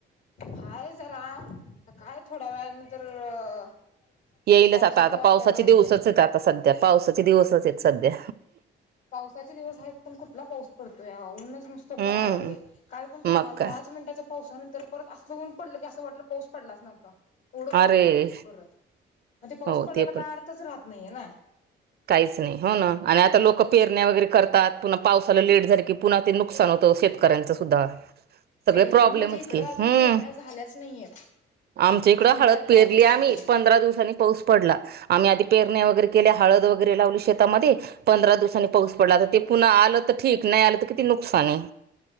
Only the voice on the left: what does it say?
हाय जरा. आता काय थोड्या वेळानंतर-
पावसाचं
वातावरण
होतंय
पावसाचे दिवस आहेत. पण कुठला पाऊस पडतोया. ऊनच नुसत-
पडाय लागलयं. काल पण सांगालोय
दहाच मिनिटाचा- पावसानंतर परत असलं ऊन पडलं की, असं वाटलं पाऊस पडलाच नव्हता. एवढं गरम
व्हायला लागलं परत. मग ते पाऊस
पडल्याला
काय अर्थच राहत नाहीये ना?
पेरण्या
म्हणजे इकडं
अजून
पेरण्या झाल्याच नाहीयेत
थांबल्यात
पावसासाठी